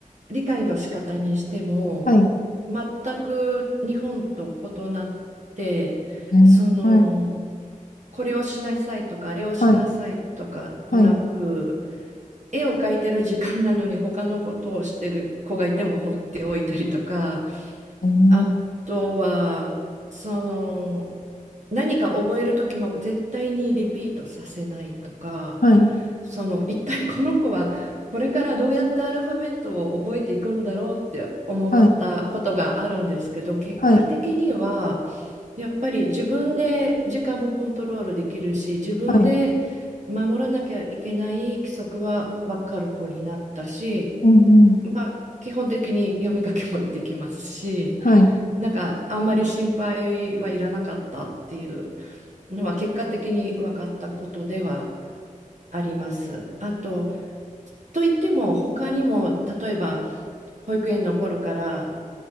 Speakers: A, on the right; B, on the left.
A: 理解の仕方にしても、
B: はい、
A: 全く日本と異なって、
B: うんはい、
A: その、これをしなさいとか、あれをしなさいとかなく、
B: はい、はい、
A: 絵を描いてる時間なのに他のことをしてる子がいても放っておいたりとか、
B: うん
A: あとは、その、何か覚える時も絶対にリピートさせないとか、
B: はい、
A: その、一体この子はこれからどうやってアルファベットを覚えていくんだろうって思ったことがあるんですけど、
B: はい、
A: 結果的には、
B: はい、
A: やっぱり自分で時間もコントロールできるし、自分で守らなきゃいけない規則は分かる子になったし、
B: はい、うんうん
A: まあ、基本的に読み書きもできますし、
B: はい、
A: なんかあんまり心配はいらなかったっていうのは結果的に分かったことではあります。あと、といっても他にも、例えば保育園の頃から